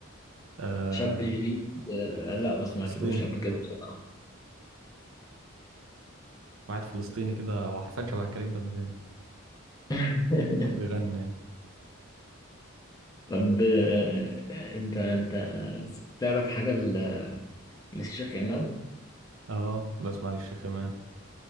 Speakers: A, on the right (about 70°); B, on the left (about 15°).
A: آه
B: شاب جديد آه، لا ما سمعتلوش
A: فلسطيني
B: قبل كده بصراحه
A: واحد فلسطيني كده هو حرفيا شبه كريم بنزيما
B: <laughs>
A: هو بيغني يعني
B: طب آه، انت انت تعرف حاجه ل- للشيخ امام
A: اه بسمع للشيخ إمام